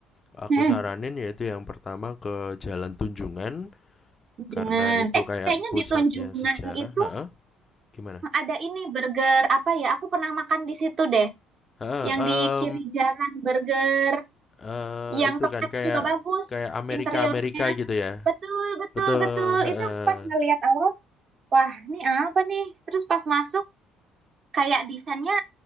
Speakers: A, on the left (about 35°); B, on the right (about 50°).
A: aku
B: mm-mm.
A: saranin yaitu yang pertama ke Jalan Tunjungan
B: Tunjungan.
A: karena itu
B: Eh,
A: kayak
B: kayaknya
A: pusatnya
B: di Tunjungan
A: sejarah.
B: itu
A: Heeh, gimana?
B: ada ini burger apa ya? Aku pernah makan di situ deh.
A: Heeh,
B: Yang di kiri jalan burger,
A: Eee,
B: yang
A: itu
B: tempatnya
A: kan kayak
B: juga bagus
A: kayak Amerika-Amerika
B: interiornya.
A: gitu ya?
B: Betul, betul,
A: Betul,
B: betul.
A: heeh.
B: Itu aku pas ngeliat awal, wah, ini apa nih? Terus pas masuk kayak desainnya